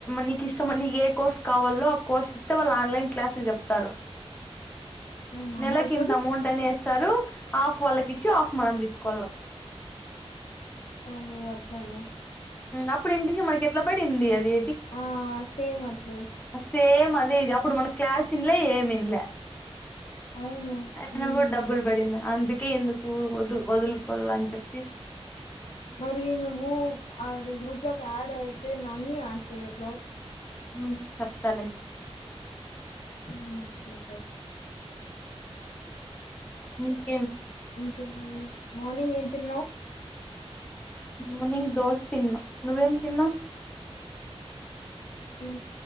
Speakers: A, on the left (about 15°); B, on the left (about 75°).
A: నీకు ఇష్ట ఇష్టమని ఏ కోర్స్ కావాలో ఆ కోర్స్ ఇస్తే వాళ్ళు ఆన్లైన్ క్లాసులు చెప్తారు
B: అవును
A: నెలకి
B: డబ్
A: ఇంత అమౌంట్ అని వేస్తారు రు ఆఫ్ వాళ్ళకిచ్చి ఆఫ్ మనం తీసుకోళ్ల
B: ఓహో అట్లనా
A: అప్పుడు ఇంటికి మనకి ఎట్లా పడింది అది
B: ఆ సేమ్ అట్లే
A: సేమ్ అదే ఇది అప్పుడు మన క్లాస్ ఇన్లే ఏమిన్లే
B: అవును
A: అయినా
B: మ్మ్
A: కూడా డబ్బుల్ పడిందా అందు తే ఎందుకు వదు వదులుకోల్ల అని చెప్పి
B: మరి నువ్వు అది గ్రూప్ లోకి యాడ్ అయితే నన్ని యాడ్ చేయట్ల
A: ఉమ్ చెప్తాలే
B: ఉమ్ బెకా
A: ఉమ్
B: ఇంకేం మరి మార్నింగ్ ఏం తిన్నావు
A: మార్నింగ్ దోశ తిన్నా నువ్వేం తిన్నావ్
B: ది